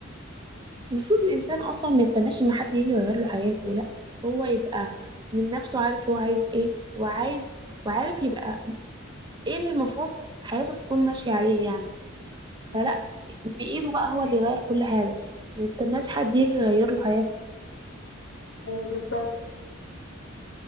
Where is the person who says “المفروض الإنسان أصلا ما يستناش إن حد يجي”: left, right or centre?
Right